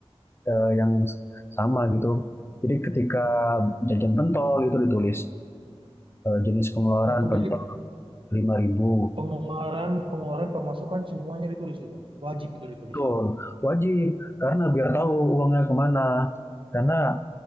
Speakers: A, on the left (about 20°); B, on the right (about 55°).
A: eh, yang sama gitu. Jadi ketika jajan pentol itu ditulis, eh, jenis pengeluaran
B: Oh,
A: pentok
B: jadi
A: lima ribu
B: pengeluaran, pengeluaran, pemasukan semuanya ditulis itu. Wajib itu ditulis.
A: Betul, wajib. Karena biar tahu uangnya kemana. Karena